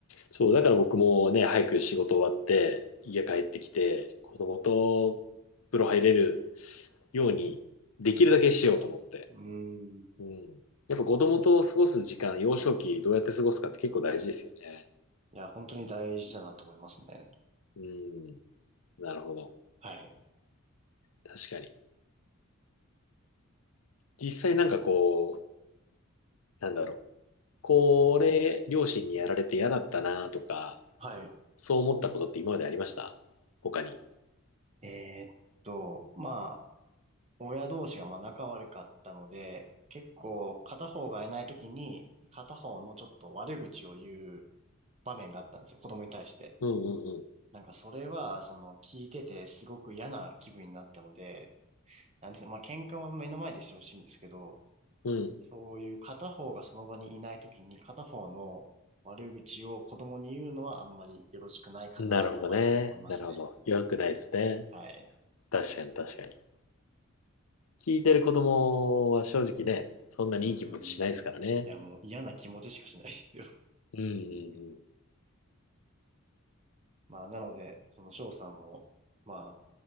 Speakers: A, on the left; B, on the right.
A: そう、だから僕もね、早く仕事終わって、家帰ってきて、子供と風呂入れるように、できるだけしようと思って。
B: うん。
A: うん。やっぱ子供と過ごす時間、幼少期どうやって過ごすかって結構大事ですよね。
B: いや、本当に大事だなと思いますね。
A: うん。なるほど。
B: はい。
A: 確かに。実際なんかこう、なんだろう。これ、両親にやられて嫌だったなとか、
B: はい。
A: そう思ったことって今までありました他に。
B: えーっと、まあ、親同士がまあ仲悪かったので、結構片方がいないときに、片方のちょっと悪口を言う場面があったんですよ。子供に対して。
A: うんうん
B: なんかそれは、その聞いててすごく嫌な気分になったので、なんですね、まあ喧嘩は目の前でしてほしいんですけど、
A: うん。うん
B: そういう片方がその場にいないときに片方の悪口を子供に言うのはあんまりよろしくないかなとは思いますね。
A: なるほどね。なるほど。良くないですね。
B: はい。
A: 確かに確かに。聞いてる子供は正直ね、そんなにいい気持ちしないですからね。
B: うーん。いやもう嫌な気持ちしかしないですよ。
A: うんうん
B: うん
A: うん。
B: まあなので、その翔さんも、まあ